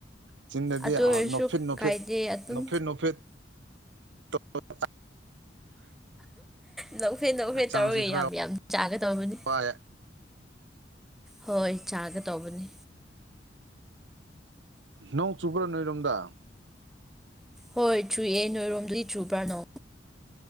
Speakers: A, on the right (about 80°); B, in the centre.
A: ꯆꯤꯟꯟꯅꯗꯤ
B: ꯑꯗꯨ ꯑꯣꯏꯔꯁꯨ
A: ꯅꯣꯐꯦꯠꯣꯐꯠ
B: ꯀꯥꯏꯗꯦ ꯑꯗꯨꯝ
A: ꯅꯣꯐꯦꯠ ꯅꯨꯣꯐꯦꯠ <inaudible>
B: ꯅꯣꯛꯐꯦ ꯅꯣꯛꯐꯦ
A: ꯍꯛꯆꯥꯡꯁꯤ
B: ꯇꯧꯔꯒꯦ
A: ꯈꯔ
B: ꯌꯥꯝ ꯌꯥꯝ ꯆꯥꯒ ꯇꯧꯔꯕꯅꯤ
A: ꯋꯥꯏ <inaudible>
B: ꯍꯣꯏ ꯆꯥꯒ ꯇꯧꯕꯅꯤ
A: ꯅꯧ ꯆꯨꯕ꯭ꯔꯥ ꯅꯣꯏꯔꯣꯝꯗ
B: ꯍꯣꯏ ꯆꯨꯦ ꯅꯣꯏꯔꯣꯝꯗꯨꯗꯤ ꯆꯨꯕ꯭ꯔꯥꯅꯣ